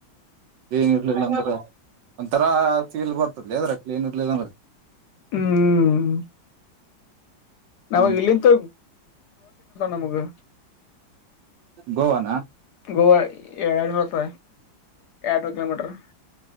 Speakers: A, on the right (about 70°); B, on the left (about 70°).
A: ಕ್ಲೀನ್ ಇರ್ಲಿಲ್ಲ ಅಂದ್ರೆ <inaudible> ಒಂತರಾ ಫೀಲ್ ಬರ್ತದಲ್ಲೆ ಅದ್ರ ಕ್ಲೀನ್ ಇರ್ಲಿಲ್ಲಂದ್ರೆ
B: ಹ್ಮ್ ನಮಗ್
A: ಹ್ಮ್
B: ಇಲ್ಲಿಂತ ನಮಗ <inaudible>
A: ಗೋವಾನ
B: ಗೋವಾ ಏಳ್ನೂರುತ್ತ ಎರಡ್ನೂರು ಕಿಲೋಮೀಟರ್